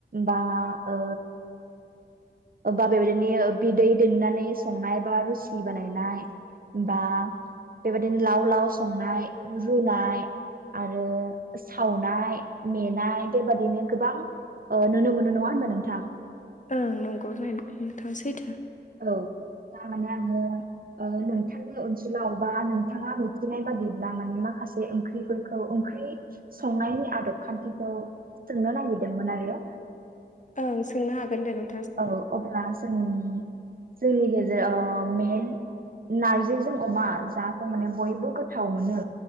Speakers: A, on the right (about 55°); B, on the left (about 45°).
A: बा ओ ओबबा बेबायदिनो बिदै दोननानै संनाय बा रोसि बानायनाय बा बेबायदिनो लाव लाव संनाय रुनाय आरो सावनाय मेनाय बेबादिनो गोबां ओ नुनो मोनो नङा ओनबा नोंथां
B: ओं नंगौ जाहैबाय <unintelligible> नोंथां सैथो
A: औ थारमाने आङो ओ नोंथांनि ओनसोलाव बा नोंथाङा मिथिनाय बादिब्ला माने माखासे ओंख्रिफोरखौ ओंख्रि संनायनि आदब खान्थिखौ सोंनो नायगिरदोंमोन आरो
B: ओं सोंनो हागोन दे नों
A: औ अब्ला जोंनि जोंनि गेजेराव मेहेन नारजिजों अमा जाखौ माने बयबो गोथाव मोनो